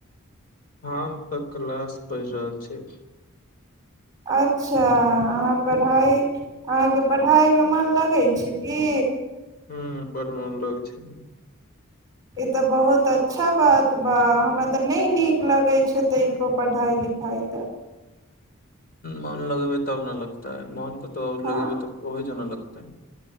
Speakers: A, on the left; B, on the right.
A: हम तऽ क्लास पढ़ि रहल छी
B: अच्छा अहाँ पढ़ाइ अहाँके पढ़ाइमे मन लगै छै की
A: ह बड मन लगै छै
B: ई तऽ बहुत अच्छा बात बा हमरा तऽ नहि नीक लगै छै तैको पढ़ाइ लिखाइ तऽ
A: मोन लगेबै तब न लगताै मोन क तऽऔर
B: हँ
A: लगेबे तक ओहहि जाना लगत है